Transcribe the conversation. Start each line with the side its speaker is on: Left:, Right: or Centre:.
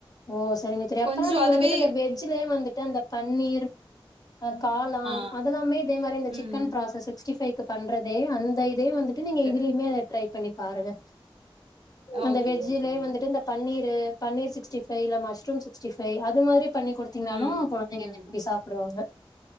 Left: ஓ சரிங்க தோரி
Right: கொஞ்சம்
Left: அப்பன்னா நீங்க
Right: அதுவே
Left: வந்துட்டு அந்த வெஜ்லயே வந்துட்டு அந்த பன்னீர் அ காளான்
Right: ஆ
Left: அதெல்லாமே இதே மாரியே இந்த
Right: ம்
Left: சிக்கன் ப்ராசஸ் சிக்ஸ்ட்டிஃபைவ்க்கு பண்றதே அந்த இதே வந்துட்டு நீங்க
Right: க
Left: இதுலயுமே அத ட்ரை பண்ணி பாருங்க அந்த
Right: ஓகே
Left: வெஜ்ஜிலயே
Right: ஓகேங்க.
Left: வந்துட்டு இந்த பன்னீரு பன்னீர் சிக்ஸ்டி ஃபைல மஷ்ரூம் சிக்ஸ்டிஃப்பை அது மாரி பண்ணி கொடுத்தீங்கனாலு
Right: ம்
Left: கொழந்தைங்க
Right: ம்.
Left: விரும்பி சாப்புடுவாங்க